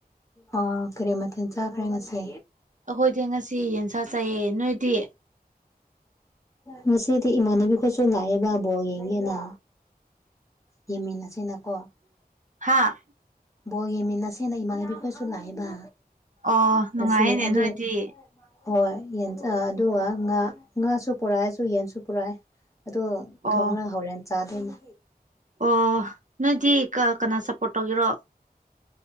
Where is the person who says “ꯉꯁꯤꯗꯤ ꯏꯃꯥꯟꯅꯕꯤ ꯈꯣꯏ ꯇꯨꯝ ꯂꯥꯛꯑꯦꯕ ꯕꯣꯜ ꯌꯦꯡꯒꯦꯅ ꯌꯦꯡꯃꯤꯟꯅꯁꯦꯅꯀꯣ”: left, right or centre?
Left